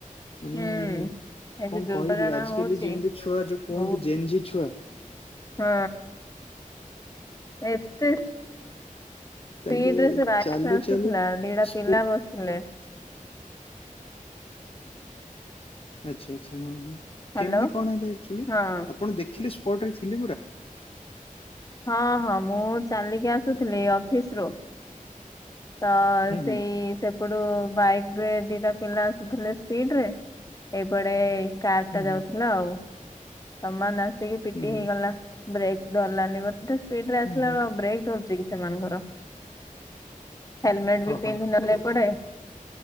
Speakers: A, on the left; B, on the left.
A: ମାନେ
B: ହୁଁ। ଏ
A: କଣ
B: ଯୋଉ ଦୁର୍ଘଟଣା
A: କହିବି ଆଜିକାଲି
B: ହଉଛି
A: ଯେମିତି ଛୁଆ ଯୋଉ କୁହନ୍ତି
B: ବହୁତ
A: ଜେନ୍ଜି ଛୁଆ
B: ହଁ ଏତେ
A: ତାଙ୍କେ
B: ାଇ
A: ଚାଲୁ
B: ଆସୁଥିଲା
A: ଚାଲୁ
B: ଦିଟା
A: ସ୍କୁଲ
B: ପିଲା ବସିଥିଲେ
A: ଆଚ୍ଛା ଆଛା ହଁ ହଁ
B: ହ୍ୟାଲୋ
A: କେମିତି କଣ ହେଲା ଆକ୍ଚୁଆଲି
B: ହଁ
A: ଆପଣ ଦେଖିଲେ ସ ପଟ୍ ରେ ଥିଲେ ପୁରା।
B: ହଁ ହଁ ମୁଁ ଚାଲିକି ଆସୁଥିଲି ଅଫିସରୁୁ ତ
A: ହୁଁ
B: ସେଇ
A: ହୁଁ
B: ସେପଟୁ ବାଇକ ରେ ଦିଟା ପିଲା ଆସୁଥିଲେ ସ୍ପିଡ୍ ରେ ଏଇପଡେ କାର
A: ହୁଁ
B: ଟା ଯାଉଥିଲା ଆଉ ସମାନ ଆସିକି ପିଟି
A: ହୁଁ ହୁଁ
B: ହେଇଗଲା ବ୍ରେକ୍ ଧରଲାନି ବ ଏତେ ସ୍ପିଡ ରେ ଆସିଲା
A: ହୁଁ ହୁଁ ହୁଁ
B: ବ ବ୍ରେକ୍ ଧରୁଛି କି ସେମାନଙ୍କର। ହେଲମେଟ୍
A: ହଁ
B: ବି ପିନ୍ଧି
A: ହଁ
B: ନଥିଲେ ଏପଡେ